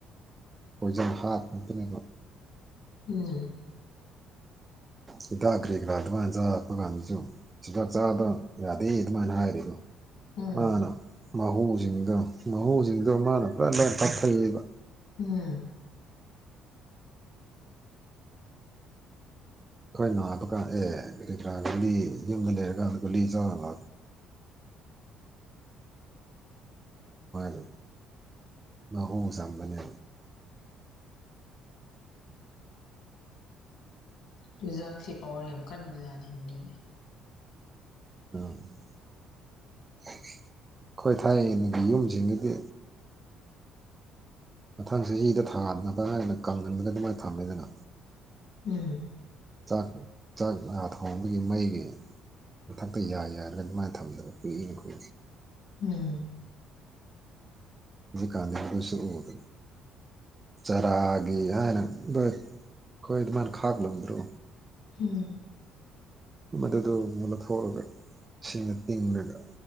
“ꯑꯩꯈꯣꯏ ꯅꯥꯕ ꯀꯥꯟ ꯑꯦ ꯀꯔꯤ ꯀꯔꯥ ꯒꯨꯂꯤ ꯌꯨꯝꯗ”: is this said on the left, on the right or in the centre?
Right